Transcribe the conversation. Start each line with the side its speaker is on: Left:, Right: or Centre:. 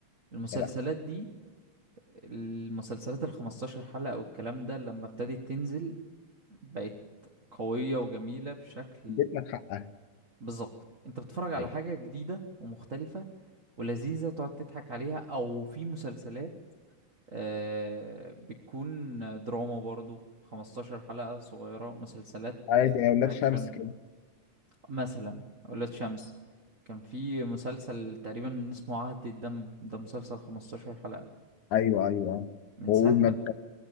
Right: المسلسلات
Left: لا
Right: دي المسلسلات ال 15 حلقة والكلام ده لما ابتدت تنزل بقت قوية وجميلة بشكل
Left: اديت لك حقها
Right: بالظبط انت بتتفرج على
Left: ايوه
Right: حاجة جديدة ومختلفة ولذيذة تقعد تضحك عليها او في مسلسلات آه بتكون دراما برضو 15 حلقة صغيرة مسلسلات
Left: عادي
Right: آه،
Left: يا ولاد
Right: اكشن
Left: شمس كده
Right: مثلا اولاد شمس كان في مسلسل تقريبا اسمه عهد الدم ده مسلسل 15 حلقة
Left: ايوه ايوه
Right: من
Left: والمذبح
Right: ساعة ما